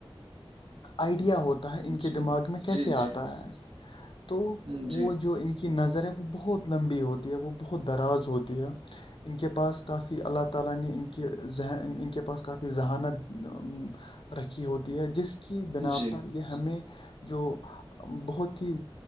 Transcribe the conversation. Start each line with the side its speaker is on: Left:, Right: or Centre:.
Left: آئیڈیا ہوتا ہے ان کے
Right: جی
Left: دماغ میں کیسے
Right: جی
Left: آتا ہے تو
Right: جی جی
Left: وہ جو ان کی نظر ہے وہ بہت لمبی ہوتی ہے وہ بہت دراز ہوتی ہے ان کے پاس کافی اللہ تعالینے ان کے ذہن ان کے پاس کافی ذہانت رکھی ہوتی ہے جس کی بنا
Right: جی
Left: پر یہ ہمیں جو بہت ہی